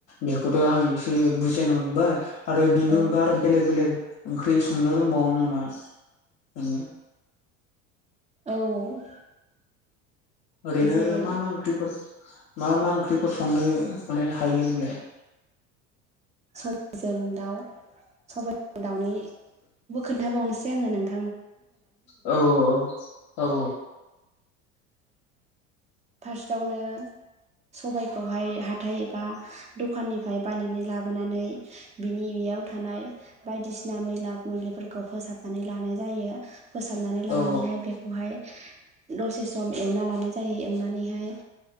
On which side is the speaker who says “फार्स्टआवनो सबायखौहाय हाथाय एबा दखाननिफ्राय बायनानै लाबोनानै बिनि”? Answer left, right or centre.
Right